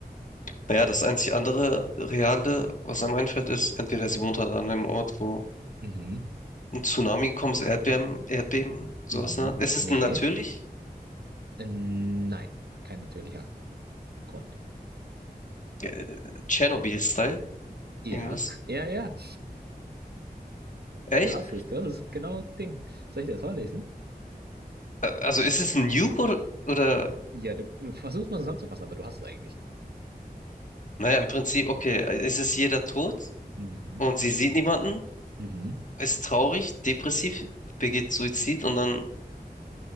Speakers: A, on the left (about 50°); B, on the right (about 75°).
A: naja, das einzig andere reale, was einem einfällt, ist, entweder sie wohnt halt an einem Ort, wo
B: Mhm.
A: ein Tsunami gekommen ist, Erdbeben, Erdbeben, sowas.
B: Mhm.
A: in der Art. Es ist
B: Nee.
A: natürlich
B: Äh, nein. Kein natürlicher Grund.
A: äh, Tschernobyl-Style.
B: Ja.
A: Irgendwas?
B: Ja, ja.
A: Echt?
B: Du hast es. Du hast es. Genau Ding. Soll ich dir das vorlesen?
A: Ä- Also ist es ein Nuke oder, oder,
B: Ja, du, du versuchst mal zusammenzufassen, aber du hast es eigentlich.
A: naja, im Prinzip, okay, es ist jeder tot
B: Mhm.
A: und sie sieht niemanden,
B: Mhm.
A: ist traurig, depressiv, begeht Suizid und dann